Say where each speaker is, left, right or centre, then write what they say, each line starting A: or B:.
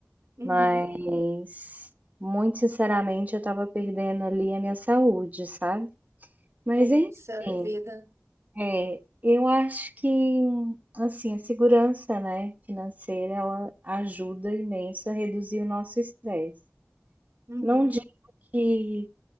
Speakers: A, on the right; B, on the right.
A: Uhum.
B: Mas, muito sinceramente, eu tava perdendo ali a minha saúde, sabe? Mas
A: Puxa
B: enfim.
A: vida.
B: É, eu acho que, assim, a segurança, né, financeira, ela ajuda imenso a reduzir o nosso estresse.
A: Uhum.
B: Não digo que